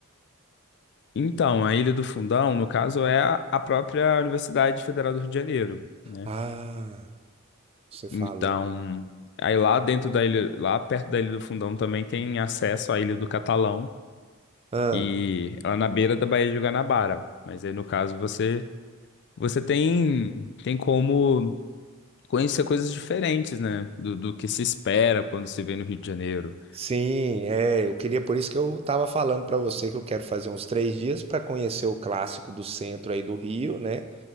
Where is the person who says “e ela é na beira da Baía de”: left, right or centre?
Left